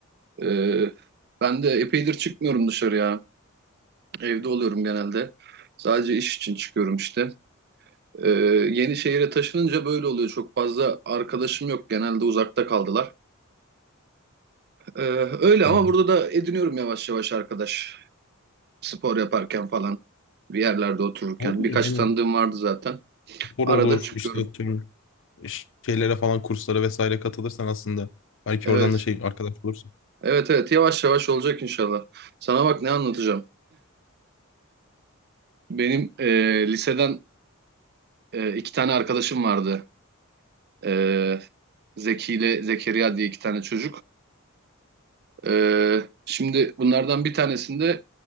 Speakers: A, on the right; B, on the left.
A: Ee, ben de epeydir çıkmıyorum dışarıya. Evde oluyorum genelde. Sadece iş için çıkıyorum işte. Ee, yeni şehire taşınınca böyle oluyor. Çok fazla arkadaşım yok. Genelde uzakta kaldılar. Ee, öyle ama
B: Hı.
A: burada da ediniyorum yavaş yavaş arkadaş. Spor yaparken falan. Bir yerlerde otururken.
B: Olur
A: Birkaç
B: ya aynen.
A: tanıdığım vardı zaten.
B: Spor
A: Arada
B: olur
A: çıkıyorum.
B: işte tüm ş- şeylere falan kurslara vesaire katılırsan aslında. Belki
A: Evet.
B: oradan da şey arkadaş bulursun.
A: Evet evet yavaş yavaş olacak inşallah. Sana bak ne anlatacağım. Benim e, liseden e, iki tane arkadaşım vardı. E, Zeki ile Zekeriya diye iki tane çocuk. E, şimdi bunlardan bir tanesinde